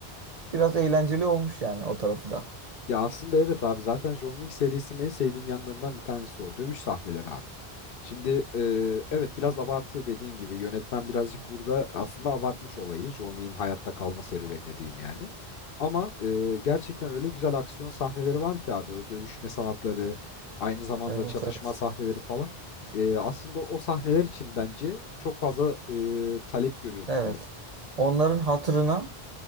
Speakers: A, on the right; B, on the left.
A: Biraz eğlenceli olmuş yani o tarafı da.
B: Ya aslında evet abi zaten John Wick serisinin en sevdiğim yanlarından bir tanesi o. Dövüş sahneleri abi. Şimdi e, evet biraz abartı dediğin gibi yönetmen birazcık burada aslında abartmış olayı. John Wick'in hayatta kalma serüvenine diyeyim yani. Ama e, gerçekten öyle güzel aksiyon sahneleri var ki abi o dövüşme sanatları aynı zamanda
A: Evet
B: çatışma
A: evet.
B: sahneleri falan. E, aslında o sahneler için bence çok fazla e, talep görüyor
A: Evet.
B: bu film.
A: Onların hatırına